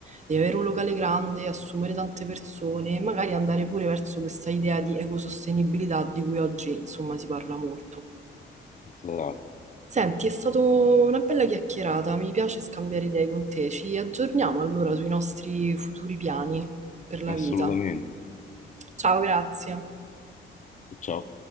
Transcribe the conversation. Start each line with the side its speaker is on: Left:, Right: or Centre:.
Right: devi avere un locale grande, assumere tante persone e magari andare pure verso questa idea di ecosostenibilità di cui oggi insomma si parla molto.
Left: Esatto,
Right: Senti, è stata una bella chiacchierata, mi piace scambiare idee con te. Ci aggiorniamo allora sui nostri futuri piani per la
Left: assolutamente.
Right: vita. Ciao, grazie.
Left: Ciao.